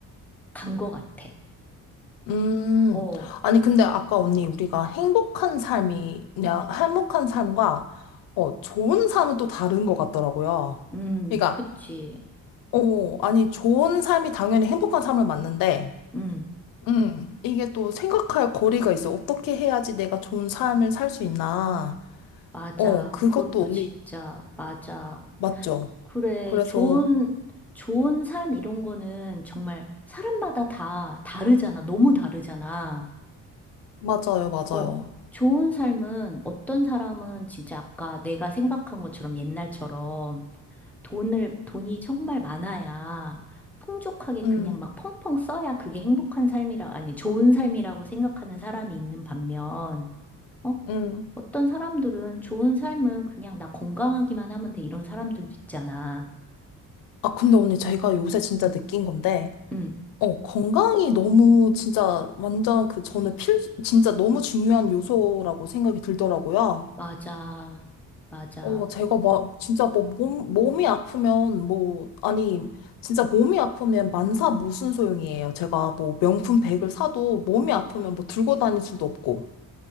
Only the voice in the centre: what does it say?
간 것 같아.
어.
음,
그치.
음,
맞아.
그것도
진짜, 맞아.
그래,
좋은, 좋은 삶 이런 거는 정말 사람마다 다 다르잖아. 너무 다르잖아.
어, 좋은 삶은 어떤 사람은 진짜 아까 내가 생각한 것처럼 옛날처럼 돈을, 돈이 정말 많아야 풍족하게 그냥
막 펑펑 써야 그게 행복한 삶이라, 아니, 좋은 삶이라고 생각하는 사람이 있는 반면, 어?
어떤 사람들은 좋은 삶은 그냥 나 건강하기만 하면 돼. 이런 사람들도 있잖아.
응,
맞아. 맞아.